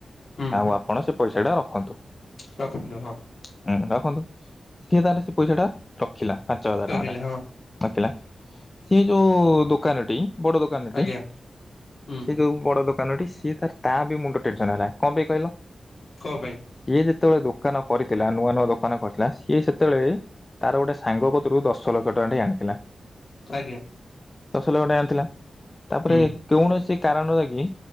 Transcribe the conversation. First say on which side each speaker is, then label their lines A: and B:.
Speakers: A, on the left; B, on the left.
A: ହୁଁ
B: ଆଉ ଆପଣ ସେ ପଇସା ରଖ ଖନ୍ତୁ। ହୁଁ
A: ରଖନ୍ତୁ ହଁ
B: ରଖନ୍ତୁ ସିଏ ତାହଲେ ସେ ପଇସା ଟା ରଖ ଖିଲା ପାଞ୍ଚ ହଜାର
A: ରଖିଲେ
B: ଟଙ୍କା ଟା
A: ହଁ
B: ନଖିଲା ସେ ଯୋଉ ଦୋକାନଟି ବଡ ଦୋକାନ ଏଟି
A: ଆଜ୍ଞା ହୁଁ
B: ସେ ଯୋଉ ବଡ ଦୋକା ଦୋକାନ ଟି ସିଏ ତାର ତା ବି ମୁଣ୍ଡ ଟେନସନ ହେଲା କଣ ପାଇଁ କହିଲ
A: କଣ ପାଇଁ
B: ସିଏ ଯେତେବେଳେ ଦୋ ଦୋକାନ କରିଥିଲା ନୂଆ ନୂଆ ଦୋକାନ କରିଥିଲା ସିଏ ସେତେବେଳେ ତାର ଗୋଟେ ସାଙ୍ଗ କତରୁ ଦଶ ଲକ୍ଷ ଟଙ୍କା ଟ ଆଣିଥିଲା।
A: ଆଜ୍ଞା
B: ଦଶ ଲକ୍ଷ ଟଙ୍କା ଆଣିଥିଲା। ତାପରେ
A: ହୁଁ
B: କୌଣସି କାରଣ ଲାଗି